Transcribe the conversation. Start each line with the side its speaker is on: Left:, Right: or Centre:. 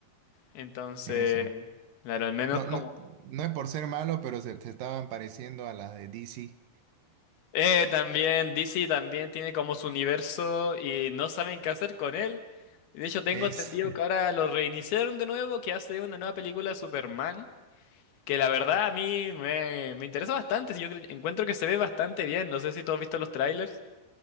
Left: Entonces,
Right: eso.
Left: claro, al menos
Right: No,
Left: como...
Right: no, no es por ser malo, pero se, se estaban pareciendo a las de DC.
Left: Eh, también, DC también tiene como su universo y no saben qué hacer con él. De hecho, tengo
Right: Es,
Left: entendido
Right: <laughs>
Left: que ahora lo reiniciaron de nuevo, que hace una nueva película de Superman, que la verdad a mí me, me interesa bastante. Yo cre- encuentro que se ve bastante bien. No sé si tú has visto los trailers.